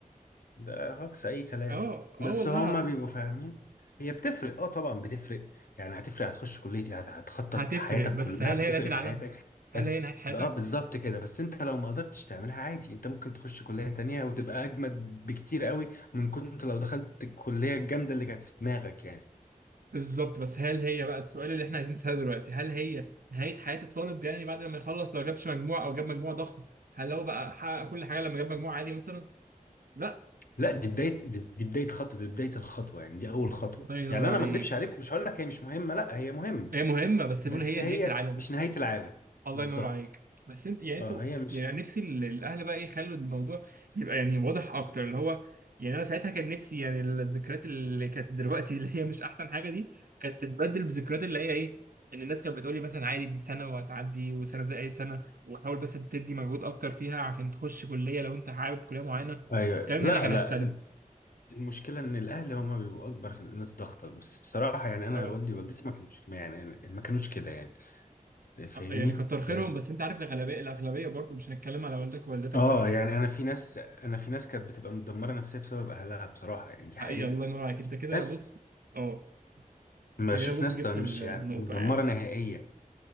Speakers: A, on the left; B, on the right.
A: ده هجص اي كلام
B: اه
A: بس
B: اه والله
A: هما
B: العظيم
A: بيبقوا فاهمين هي بتفرق اه طبعا بتفرق يعني هتفرق هتخش كلية ايه هت- هتخطط
B: هتفرق
A: حياتك
B: بس
A: كلها
B: هل هي
A: هتفرق
B: نهاية العالم؟
A: في حياتك
B: هل
A: بس
B: هي نهاية حياتك؟
A: اه بالظبط كده بس انت لو ما قدرتش تعملها عادي انت ممكن تخش كلية تانية وتبقى اجمد بكتير قوي من كنت لو دخلت الكلية الجامدة اللي كانت في دماغك يعني
B: بالظبط بس هل هي بقى السؤال اللي احنا عايزين نسأله دلوقتي هل هي نهاية حياة الطالب يعني بعد لما يخلص لو جابش مجموع او جاب مجموع ضخم هل هو بقى حقق كل حاجة لما جاب مجموع عالي مثلا؟ لا
A: لا دي بدايه دي, دي بدايه خطوه دي بدايه الخطوه يعني دي اول خطوه
B: الله ينور
A: يعني
B: عليك
A: انا ما اكدبش عليك مش هقول لك هي مش مهمه لا هي مهمه
B: هي مهمة بس بيقول
A: بس
B: هي
A: هي
B: نهاية العالم
A: مش نهايه العالم
B: الله
A: بالظبط
B: ينور عليك بس انت يعني
A: اه
B: انتوا
A: هي مش
B: يعني نفسي ال- الاهل بقى ايه يخلوا الموضوع يبقى يعني واضح اكتر اللي هو يعني انا ساعتها كان نفسي يعني الذكريات اللي كانت دلوقتي <laughs> اللي هي مش احسن حاجه دي كانت تتبدل بذكريات اللي هي ايه ان الناس كانت بتقولي مثلا عادي دي سنه وهتعدي وسنه زي اي سنه وحاول بس تدي مجهود اكتر فيها عشان تخش كليه لو انت حابب كليه معينه
A: ايوه
B: الكلام
A: لا
B: هنا كان
A: لا
B: هيختلف
A: المشكله ان الاهل هم بيبقوا اكبر ناس ضغطه بس بصراحه يعني انا
B: اه
A: والدي ووالدتي ما كانوش يعني ما كانوش كده يعني فاهمني
B: آه، يعني كتر خيرهم
A: لأن-
B: بس انت عارف الاغلبيه الاغلبيه برضه مش هنتكلم على والدك ووالدتك
A: اه
B: بس
A: يعني انا في ناس انا في ناس كانت بتبقى متدمره نفسيا بسبب اهلها بصراحه يعني دي
B: حقيقه
A: حقيقه
B: الله ينور عليك انت كده
A: ناس
B: بص اه انت
A: ما بشوف
B: جاي بص
A: ناس
B: جبت
A: مش
B: ال- النقطة
A: يعني مدمره
B: يعني
A: نهائيا